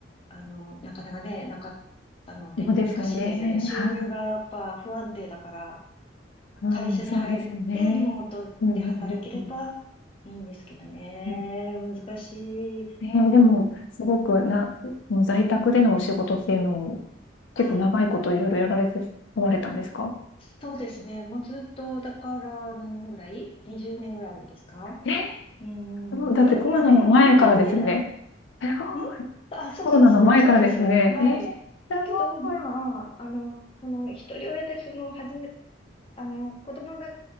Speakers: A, on the left; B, on the left.
A: あの、なかなかね、なかったので難しいですよね。
B: そうですよね。
A: 収入がやっぱ不安定だから、
B: はい。うん、
A: 会社に入ってリモートで働ければいいんですけどね。
B: そうですよね。うん、うん、うん、うん。
A: 難しい。
B: えーでも、すごくな、
A: うん
B: もう在宅でのお仕事っていうのを結構長いこといろいろやられておられたんですか
A: はい。そうですね。もうずっと、だから何年ぐらい ?20 年ぐらいですか
B: えー
A: うん。
B: このだってコロナの前からですよね。
A: うんまあでも本当にね、
B: すごい。
A: んあ、そうそうそう、
B: コロナの前からですよね。
A: そうです。はい。
B: えーす
A: だけど、ま
B: ごい。
A: あ、あの、その、一人親で、その、始め、あの、子供が、